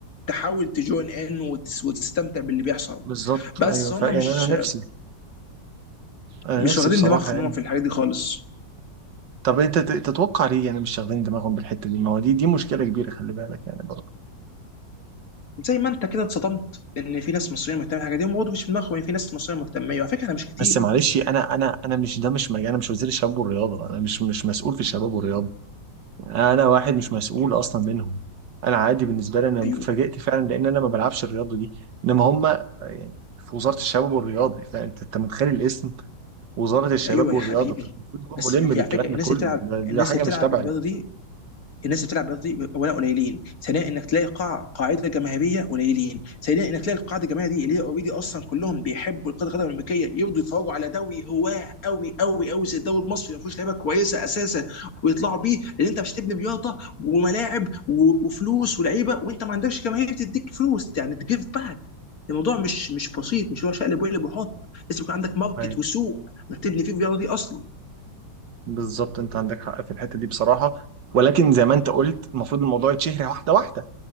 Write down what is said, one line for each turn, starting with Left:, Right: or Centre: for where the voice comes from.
Left: تحاول تجوين ان وتس- وتستمتع باللي بيحصل
Right: بالظبط
Left: بس
Right: ايوه ف...
Left: هم
Right: يعني
Left: مش
Right: انا نفسي انا
Left: مش
Right: نفسي
Left: واخدين
Right: بصراحه
Left: دماغهم
Right: يعني
Left: هم في الحاجات دي خالص
Right: طب انت ت- تتوقع ليه يعني مش شاغلين دماغهم بالحته دي ما هو دي دي مشكله كبيره خلي بالك يعني برضه
Left: زي ما انت كده اتصدمت ان في ناس مصريه مهتمه بالحاجه دي هم برضه مش في دماغهم ان في ناس مصريه مهتمه وعلى فكره انا مش كتير
Right: بس
Left: برضه
Right: معلش انا انا انا مش ده مش مجال انا مش وزير الشباب والرياضه انا مش مش مسؤول في الشباب والرياضه يعني انا واحد مش مسؤول اصلا منهم انا عادي بالنسبه لي انا
Left: ايوه
Right: اتفاجئت فعلا لان انا ما بلعبش الرياضه دي انما هم يعني في وزاره الشباب والرياضه فانت انت متخيل الاسم وزاره الشباب
Left: ايوه
Right: والرياضه
Left: يا حبيبي
Right: فالمفروض تكون
Left: بس
Right: ملم
Left: ما في
Right: بالكلام
Left: على فكره
Right: ده
Left: الناس
Right: كله
Left: اللي بتلعب
Right: ده
Left: الناس
Right: ده حاجه
Left: اللي بتلعب
Right: مش تبعي
Left: بالرياضه دي الناس اللي بتلعب رياضي اولا قليلين ثانيا انك تلاقي قاع قاعده جماهيريه قليلين ثالثا انك تلاقي القاعده الجماهيريه دي اللي هي اوريدي اصلا كلهم بيحبوا كره القدم الامريكيه يرضوا يتفرجوا على دوري هواه قوي قوي قوي زي الدوري المصري ما فيهوش لعيبه كويسه اساسا ويطلعوا بيه لان انت مش تبني رياضه وملاعب و- وفلوس ولعيبه وانت ما عندكش جماهير تديك فلوس يعني تجيف باك الموضوع مش مش بسيط مش هو شقلب وقلب وحط لازم يكون عندك ماركت
Right: أيوة.
Left: وسوق انك تبني فيه الرياضه دي اصلا
Right: بالظبط انت عندك حق في الحته دي بصراحه ولكن زي ما انت قلت المفروض الموضوع يتشهر واحده واحده